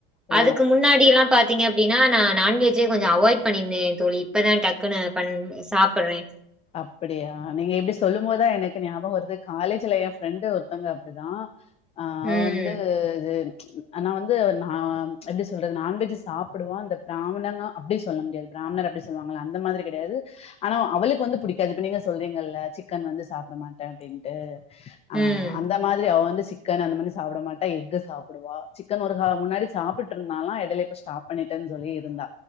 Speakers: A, on the left; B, in the centre.
A: ஓ
B: அதுக்கு முன்னாடிலா பாத்தீங்க அப்டின்னா நா நான் வெஜ்ஜே கொஞ்சோ அவாய்ட் பண்ணிருந்தே தோழி இப்பதா டக்குன்னு பண் சாப்ட்றே
A: அப்டியா நீங்க இப்டி சொல்லும் போதா எனக்கு ஞாபகோ வருது காலேஜ்ல எ ஃப்ரெண்டு ஒருத்தங்க அப்டி தா ஆ
B: ம்
A: அவ வந்து இது ஆனா வந்து நா எப்டி சொல்றது நான்வெஜ் சாப்புடுவா இந்த பிராமணனா அப்டி சொல்ல முடியாது பிராமணர் அப்டி சொல்லுவாங்கல்ல அந்த மாதிரி கெடயாது ஆனா அவளுக்கு வந்து புடிக்காது இப்ப நீங்க சொல்றீங்கல்ல சிக்கன் வந்து சாப்ட மாட்டே அப்டின்ட்டு ஆ
B: ம்
A: அந்த மாதிரி அவ வந்து சிக் சிக்கன் அந்த மாதி சாப்ட மாட்டா எக்க சாப்டுவா சிக்கன் ஒரு கா முன்னாடி சாப்ட்டு இருந்தாலா எடைல இப்ப ஸ் ஸ்டாப் பண்ணிட்டேன் சொல்லி இருந்தா